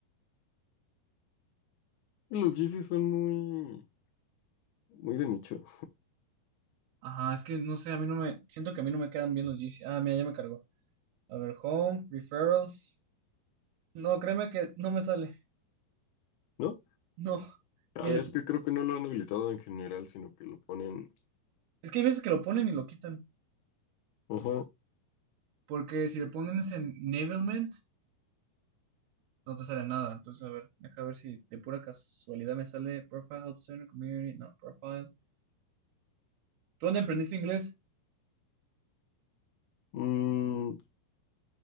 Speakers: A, on the left (about 75°); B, on the right (about 75°).
A: Los Yeezys son muy, muy de nicho,
B: Ajá, es que no sé, a mí no me, siento que a mí no me quedan bien los Yeezy. Ah, mira, ya me cargó. A ver, Home, Referrals. No, créeme que no me sale.
A: ¿no?
B: No. <laughs>
A: Chale,
B: Y Es
A: es que creo que no lo han habilitado en general, sino que lo ponen.
B: es que hay veces que lo ponen y lo quitan.
A: Ajá.
B: Porque si le ponen ese enablement, no te sale nada. Entonces, a ver, deja ver si de pura casualidad me sale Profile Help Center Community, no, Profile. ¿Tú dónde aprendiste inglés?
A: Mm,